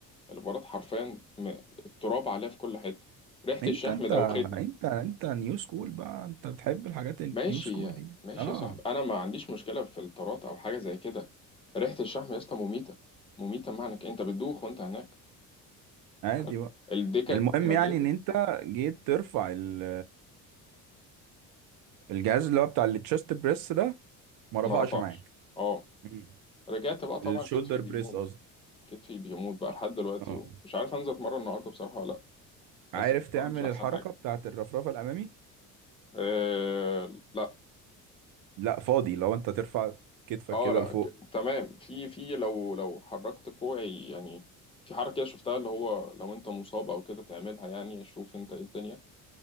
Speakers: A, on the left; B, on the right.
A: البارات حرفيا م- التراب عليها في كل حتة ريحة
B: انت
A: الشحم
B: انت
A: دوختني
B: انت انت نيو سكول بقى انت بتحب الحاجات النيو
A: ماشي
B: سكول
A: يعني
B: دي
A: ماشي
B: اه
A: يا صاحبي انا ما عنديش مشكله في الطارات او حاجه زي كده ريحه الشحم يا اسطى مميته مميته معنى إنك انت بتدوخ وانت هناك
B: عادي
A: حلو.
B: بقى
A: الدكك
B: المهم
A: ميته
B: يعني ان انت جيت ترفع ال- الجهاز اللي هو بتاع التشست بريس ده ما رفعش
A: ما رفعش
B: معاك
A: اه
B: مم.
A: رجعت بقى طبعا
B: الشولدر
A: كتفي بيموت
B: بريس قصدي
A: كتفي بيموت بقى لحد دلوقتي
B: اه
A: ومش عارف انزل اتمرن النهارده بصراحه ولا لا بس
B: عارف
A: يعني الحوار
B: تعمل
A: مش احسن
B: الحركه
A: حاجه
B: بتاعت الرفرفه الامامي
A: أه لا
B: لا فاضي لو انت ترفع كتفك
A: اه
B: كده
A: لا
B: لفوق
A: ك- تمام في في لو لو حركت كوعي يعني في حركه شفتها اللي هو لو انت مصاب او كده تعملها يعني شوف انت ايه الدنيا